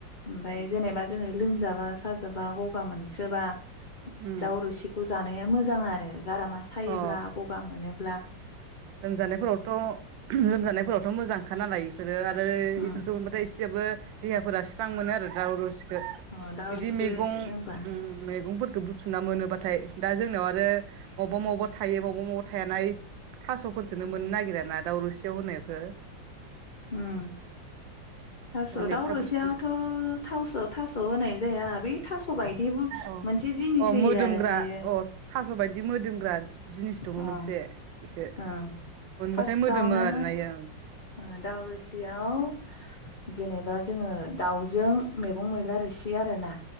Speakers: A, on the left (about 40°); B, on the right (about 80°).
A: ओमफ्राय
B: उम
A: जेनेबा जोङो लोमजाबा साजाबा गगा मोनसोबा
B: उम
A: दाउ रोसिखौ जानाया मोजां आरो गारा सायोब्ला
B: अ
A: गगा मोनो ब्ला
B: लोमजानायफोरावथ' लोमजानायफोरावथ' मोजांखा नालाय इफोरो आरो
A: उम
B: इफोरखौ मोनबाथाय एसेबाबो देहाफोरा स्रां मोनो आरो दाउ रो <unintelligible>
A: अ दाउ
B: इदि
A: रोसि
B: मेगं
A: लोंबा
B: ओम मेगंफोरखौ बुथुमना मोनोबा थाय दा जोंनाव आरो मवबा मवबा थायो मवबा मवबा थायाना थास'फोरखोनो
A: उम
B: मोननो नागिराना दाउरोसियाव होनायखो
A: उम थास'
B: अनेकथा
A: दाव रोसियावथ'
B: बुस्थु
A: थावस' थास' होनाय जाया बै थास' बायदिबो
B: अ
A: मोनसे जिनिस
B: अ
A: होयो
B: मोदोमग्रा
A: आरो बेयो
B: अ थास' बायदि जिनिस दङ
A: अ
B: मोनसे खो
A: ओं
B: मोनबाथाय
A: फार्स्टआवनो
B: मोदोमो आरोना इयो ओं
A: ओ दाव रोसियाव जेनेबा जोङो दाउजों मेगं मैला रोसि आरोना